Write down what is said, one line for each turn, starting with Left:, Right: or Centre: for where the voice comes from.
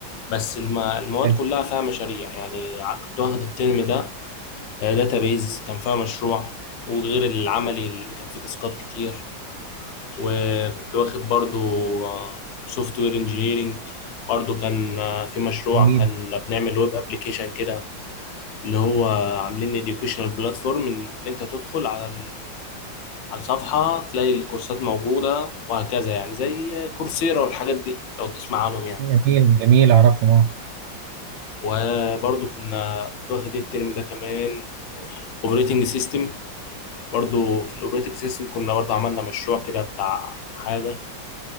Left: بس الم- المواد
Right: حلو.
Left: كلها فيها مشاريع يعني ع- كنت واخد الترم ده داتابيز كان فيها مشروع وغير العملي اللي كان فيه تاسكات كتير وكنت واخد برضو سوفت وير انجينيرنج برضو كان آه، في مشروع
Right: جميل
Left: كان بنعمل ويب ابلكيشن كده اللي هو عاملين educational بلاتفورم ان انت تدخل على على الصفحة تلاقي الكورسات موجودة وهكذا يعني زي كورسيرا والحاجات دي لو تسمع عنهم يعني
Right: جميل جميل اعرفهم اه
Left: وبرضو كنا كنت واخد الترم ده كمان اوبريتنج سيستم برضو في الاوبريتنج سيستم كنا برضو عملنا مشروع كده بتاع حاجة